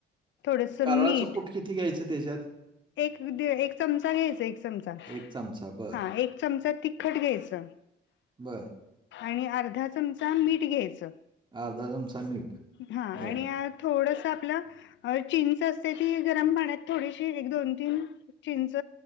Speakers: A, on the left; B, on the right.
A: थोडंसं
B: कारळाचं
A: मीठ
B: कूट किती घ्यायचं त्याच्यात?
A: एक एक चमचा घ्यांयचा एक चमचा
B: एक चमचा बर
A: हां एक चमचा तिखंट घ्यायचं
B: बर
A: आणि अर्धा चमचा मीठ घ्यायचं
B: अर्धा चमचा मीठ
A: हां
B: बर
A: आणि थोडंसं आपलं अं चिंच असते ती गरमं पाण्यांत थोडीशी एक दोन तीनं चिंच